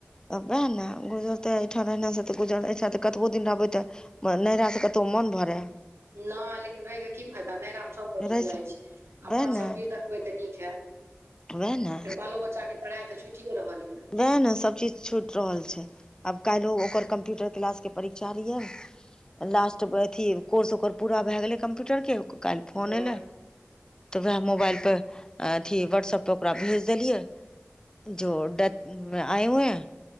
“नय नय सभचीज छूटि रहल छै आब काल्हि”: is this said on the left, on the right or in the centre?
Left